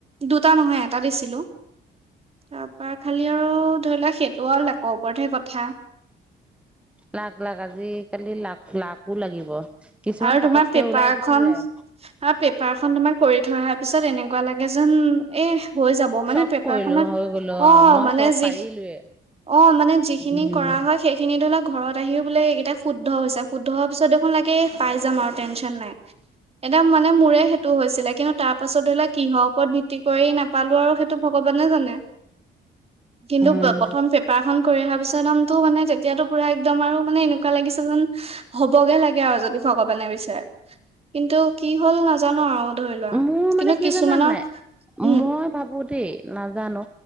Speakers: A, on the right; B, in the centre.
A: দুটা নহয় এটা দিছিলো তাৰ পৰা খালি আৰু ধৰি লওক সেইটো আৰু লাকৰ ওপৰতহে কথা
B: লাক-লাক, আজি কালি লাক-লাকো লাগিব। কিছুমান
A: আৰু
B: পতককে
A: তোমাৰ পেপাৰ
B: ওলাই গুচি
A: খন
B: যায়।
A: আৰু পেপাৰ খন তোমাৰ কৰি থৈ অহা পিছত এনেকুৱা লাগে যেন এহ হৈ যাব মানে
B: চব
A: পেপাৰ
B: কৰিলো
A: খনত
B: হৈ গলো
A: অ'
B: মই
A: মানে
B: চব
A: যিখিনি
B: পাৰিলোৱে।
A: অ' মানে যিখিনি
B: উম
A: কৰা হয় সেইখিনি ধৰিলক ঘৰত আহিও বোলে এইকেইটা শুদ্ধ হৈছে শুদ্ধ হোৱাৰ পিছত দেখোন লাগে পাই যাম আৰু টেনশন নাই। একদম মানে মোৰে সেইটো হৈছিলে কিন্তু তাৰ পাছত ধৰি লওক কিহৰ ওপৰত ভিত্তি কৰি নাপালো আৰু সেইটো ভগৱানে জানে। কিন্তু
B: উম উম।
A: প্ৰথম পেপাৰখন কৰি অহা পিছত <unintelligible> মানে, তেতিয়াটো পোৰা একদম আৰু মানে এনেকুৱা লাগিছে যেন হ'বগে লাগে আৰু যদি ভগৱানে বিচাৰে। কিন্তু কি হ'ল নাজানো আৰু। ধৰি লোৱা
B: মোৰ
A: কিন্তু
B: মানে কি
A: কিছুমানৰ
B: জানান নাই,
A: উম
B: মই ভাবো দেই না জানো,